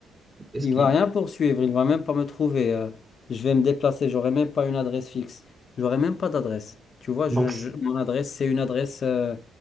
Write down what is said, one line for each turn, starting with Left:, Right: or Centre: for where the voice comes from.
Right: est-ce
Left: Il
Right: qu'il...
Left: va rien poursuivre, il va même pas me trouver. euh, je vais me déplacer, j'aurai même pas une adresse fixe. J'aurai même pas d'adresse. Tu vois,
Right: Donc,
Left: je,
Right: c-
Left: je- mon adresse, c'est une adresse euh,